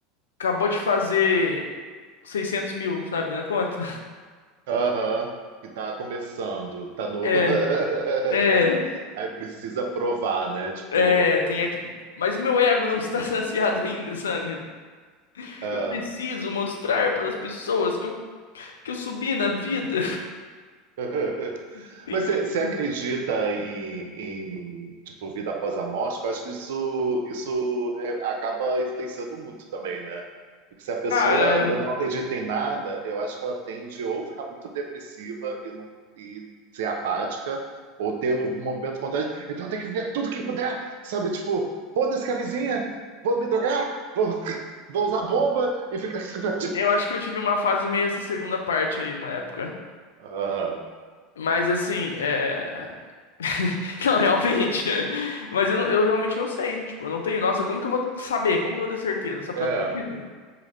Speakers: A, on the left (about 75°); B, on the right (about 65°).
A: acabou de fazer 600 mil, sabe, na conta. <laughs>
B: Aham, que tá começando, tá no.
A: É,
B: <laughs>
A: é,
B: Aí precisa provar, né? Tipo,
A: é, tem aqui. Mas o meu ego não está <laughs> saciado ainda, sabe?
B: é.
A: Eu preciso mostrar para as pessoas que eu, que eu subi na vida.
B: <laughs>
A: <laughs>
B: Mas
A: Então,
B: você você acredita em, em, tipo vida após a morte? Eu acho que isso isso re- acaba influenciando muito também, né? Porque se a pessoa
A: Cara,
B: não acredita em nada, eu acho que ela tende ou ficar muito depressiva e não e ser apática, ou ter o movimento contrário. Então tem que ver tudo que puder, sabe? Tipo, foda-se que a vizinha, vou me drogar, vou, <laughs> vou usar bomba e ficar. <laughs>
A: Eu acho que eu tive uma fase meio essa segunda parte aí, uma época.
B: Aham.
A: Mas assim, é. <laughs> Não, realmente. <laughs> Mas eu, não- eu realmente não sei. Tipo, eu não tenho. Nossa, como que eu vou saber? Como que eu vou ter certeza? Sabe
B: É,
A: o que eu acredito?